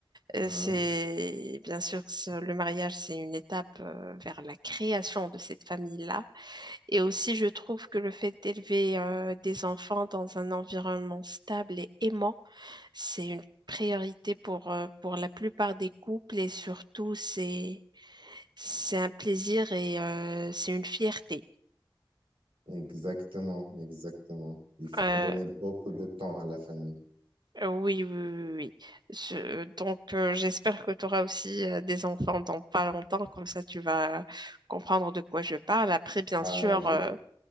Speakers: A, on the right; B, on the right.
A: Euh,
B: Ouais,
A: C'est bien sûr ce- le mariage, c'est une étape euh, vers la création de cette famille-là. Et aussi, je trouve que le fait d'élever euh, des enfants dans un environnement stable et aimant, c'est une priorité pour, euh, pour la plupart des couples et surtout, c'est, c'est un plaisir et euh, c'est une fierté.
B: exactement, exactement. Il faut
A: Euh,
B: donner beaucoup de temps à la famille.
A: Euh, Oui, oui, oui, oui. oui. Je- donc, euh, j'espère que tu auras aussi euh, des enfants dans pas longtemps, comme ça tu vas comprendre de quoi je parle. Après, bien
B: Bah,
A: sûr,
B: j'ai-
A: euh,